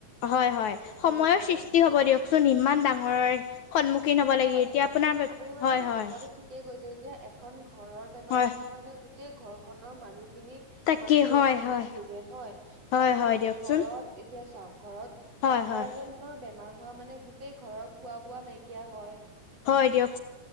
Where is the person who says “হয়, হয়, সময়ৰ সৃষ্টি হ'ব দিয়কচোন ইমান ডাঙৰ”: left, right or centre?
Left